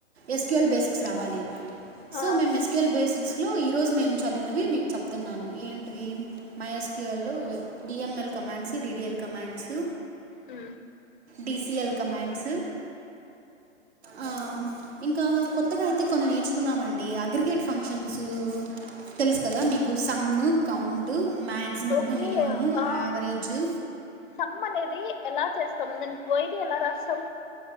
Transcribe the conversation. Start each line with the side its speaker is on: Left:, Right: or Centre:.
Right: ఎస్క్యూఎల్ బేసిక్స్
Left: మ్మ్
Right: రావాలి సో
Left: ఆ
Right: మేం ఎస్కేఎల్ బేసిక్స్ లో ఈ రోజు మేము చదివినవి మీకు చెప్తున్నాను ఏంటివి మైఎస్క్యూఎల్లో
Left: మ్మ్
Right: డిఎంఎల్ కమాండ్స్ డిడిఎల్ కమాండ్స్
Left: ఉ
Right: డిసిఎల్ కమాండ్స్ ఆ ఇంకా కొత్తగా అయితే కొన్ని నేర్చుకున్నామం డి అగ్రిగేట్ ఫంక్షన్సు తెల్సు కదా మీకు some count maximum
Left: okay
Right: minimum
Left: ఆ
Right: యవరేజు
Left: సమ్ అనేది ఎలా చేస్తాం దాని క్వోయటీ ఎలా రాస్తాం